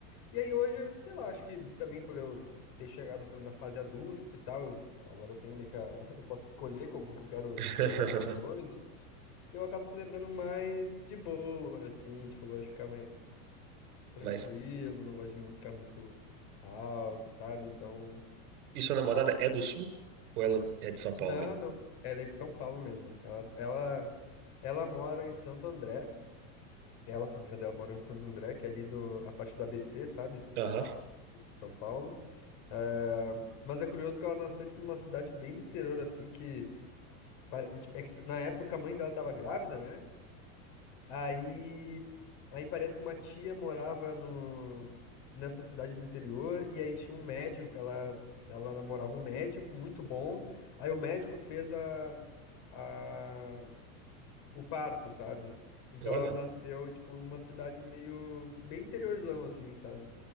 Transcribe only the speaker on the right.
<laughs>
Mas
e sua namorada é do Sul? Ou ela é de São Paulo
mesmo?
Aham.
Olha.